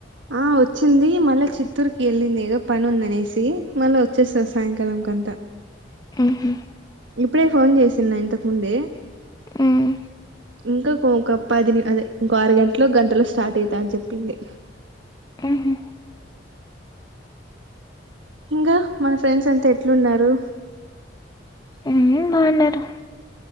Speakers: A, on the right; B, on the left.
A: ఆ వచ్చింది మళ్ళా చిత్తూరుకి వెళ్ళింది ఏదో పని ఉందనేసి మళ్ళా వచ్చేస్తాారు సాయంకాలం ఇం కంత
B: ఆహా
A: ఇప్పుడే ఫోన్ చేసింది ఇంతకుముందే
B: మ్,
A: ఇంకా ఇంకప్ప అది అదే ఇంకో అరు గంటలో గంటలో స్టార్ట్ అవుతా అని చెప్పింది
B: ఉహూ
A: ఇంకా మన ఫ్రెండ్స్ అంతా ఎట్లున్నారు
B: ఉ ఉబాగున్నారు